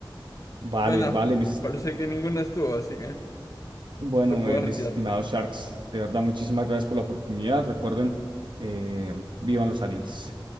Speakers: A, on the right (about 65°); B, on the left (about 40°).
A: Vale,
B: Bueno,
A: vale, mis, est-
B: parece que ninguno estuvo, así que
A: bueno,
B: te puedo
A: eh, mis
B: retirar.
A: estimados Sharks, de verdad, muchísimas gracias por la oportunidad. Recuerden, eh, vivan los aliens.